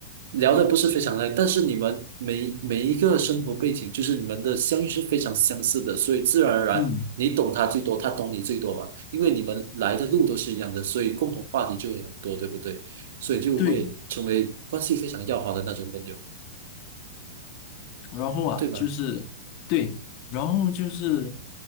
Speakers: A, on the right (about 60°); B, on the left (about 45°).
A: 聊的不是非常累，但是你们每每一个生活背景，就是你们的相遇是非常相似的，所以自然而然你懂他最多，
B: 嗯，
A: 他懂你最多吧，因为你们来的路都是一样的，所以共同话题就会很多，对不对？所以就会成为关系非常要好的那种朋友，
B: 对，然后啊，
A: 对吗？
B: 就是对，然后就是